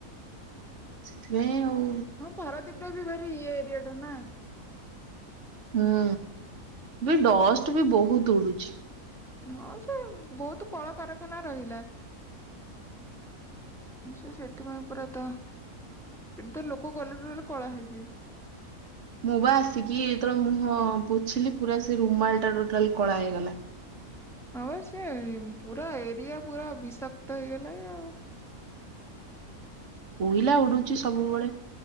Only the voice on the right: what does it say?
ସେଥିପାଇଁ ଆଉ।
ହୁଁ ବି ଡଷ୍ଟ ବି ବୋହୁତ ଉଡୁଛି।
ମୁଁ ବା ଆସିକି ତବେଳେ ମୁଁ ପୋଛିଲି ପୁରା ସେ ରୁମାଲ ଟା ଟୋଟାଲେ କଳା ହେଇଗଲା।
କୋଇଲା ଉଡୁଛି ସବୁବେଳେ।